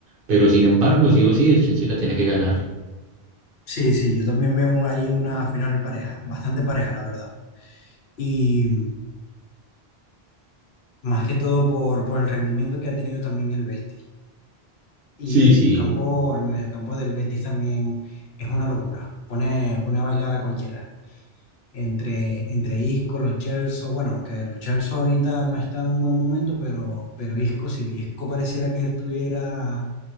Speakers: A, on the right; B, on the left.
A: pero sin embargo, sí o sí, el Chelsea la tiene que ganar.
B: Sí, sí, yo también veo un- ahí una final pareja, bastante pareja, la verdad. Y más que todo por, por el rendimiento que ha tenido también el Betis. Y
A: Sí,
B: el mediocampo,
A: sí.
B: el mediocampo del Betis también es una locura. Pone, pone a bailar a cualquiera. entre, entre Isco, Lo Celso, bueno, que Lo Celso ahorita no está en un buen momento, pero, pero Isco, si Isco pareciera que estuviera